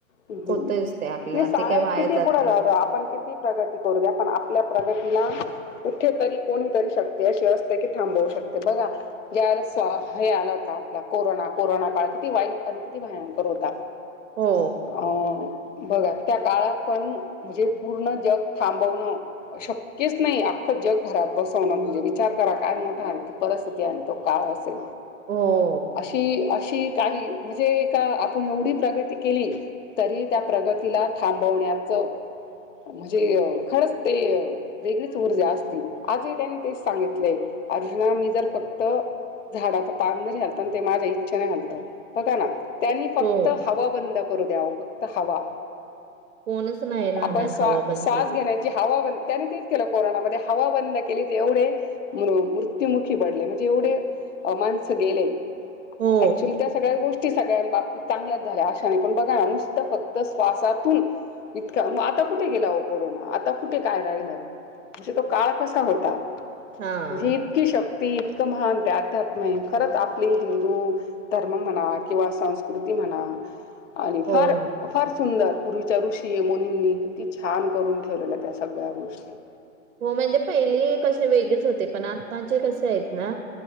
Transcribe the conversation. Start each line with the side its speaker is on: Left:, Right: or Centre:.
Left: हम्
Right: होतच
Left: म्हणजे
Right: ते आपल्या
Left: सायनस
Right: ते काही वाया
Left: किती
Right: जात
Left: पुढे
Right: नाही.
Left: जाऊ देऊ आपण किती प्रगती करू द्या पण आपल्या प्रगतीला कुठेेतरी कोणीतरी शकते अशी असते की थांबवू शकते बघा ज्याळेला हे आला होता आपला कोरोना कोरोना काळ किती वाईट आणि किती भयंकर होता.
Right: हो.
Left: अं बघा त्या काळात पण म्हणजे पूर्ण जग थांबवणं. एक शक्यच नाही अख्खं जग घरात बसवणं म्हणजे विचार करा काय म <inaudible> ती परिस्थिती आहे आणि तो काळ त्या
Right: हम्
Left: अशी अशी काही म्हणजे का आपण एवढी प्रगती केली तरी त्या प्रगतीला थांबवण्याचं म्हणजे खरंच ते वेगळीच ऊर्जा असती आजही त्यानी ते सांगितलंय अर्जुना मी जर फक्त झाडाचा पान जरी घलतां आणि ते माझ्या इच्छनेालता बका ना त्यांनी फक्त
Right: हो
Left: हवा बंद करू द्याव फक्त हवा
Right: कोणच नाही राहणार
Left: आपण स्वा
Right: हवा बंद
Left: श्वास
Right: केली.
Left: घेण्या हवा बंद त्यानी तेच केलं कोरोनामध्ये हवा बंद केली ते एवढे मृत्युमुखी पडले म्हणजे एवढे माणस गेले
Right: हो
Left: ऍक्च्युली त्या सगळ्या गोष्टी सगळ्यां बाबतीत चांगल्याच झाल्या अशा नाही पण बघा ना नुसतं फक्त श्वासातून इतका मग आता कुठे गेला हो कोरोना आता कुठे काय राहिलं म्हणजे तो काळ कसा होता
Right: हा.
Left: म्हणजे इतकी शक्ती इतकं महान तेध्यात्म आहे खरंच आपली हिंदू धर्म म्हणा किंवा संस्कृती म्हणा आणि
Right: हो
Left: फार
Right: हो
Left: फार सुंदर पूर्वीच्या ऋषी य मोोनींनी किती छान करून ठेवलेल्या त्या सगळ्या गोष्टी
Right: हो म्हणजे पहिली कसे वेगळेच होते पण आताचे कसे आहेत ना